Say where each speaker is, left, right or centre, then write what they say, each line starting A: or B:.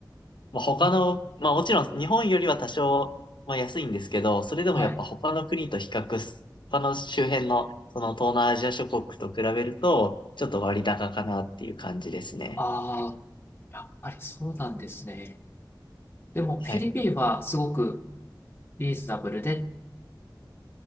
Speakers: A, on the left; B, on the left.
A: まあ、他の、
B: うん
A: まあもちろん日本よりは多少、まあ安いんですけど、それでもやっぱ他の国と比較す、
B: はい。
A: 他の周辺の、その東南アジア諸国と比べると、ちょっと割高かなっていう感じですね。
B: ああ、やっぱりそうなんですね。でも、
A: はい。
B: フィリピンはすごくリーズナブルでっ